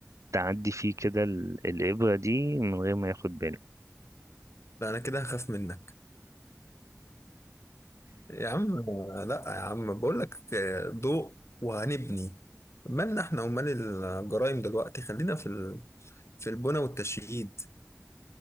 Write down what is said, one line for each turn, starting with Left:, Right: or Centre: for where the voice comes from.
Right: تعدي فيه كده ال- الإبرة دي من غير ما ياخد باله
Left: لا أنا كده هخاف منك يا عم لا يا عم بقول لك آه، ضوء وهنبني مالنا احنا ومال الجرائم دلوقتي خلينا في ال... في البنى والتشييد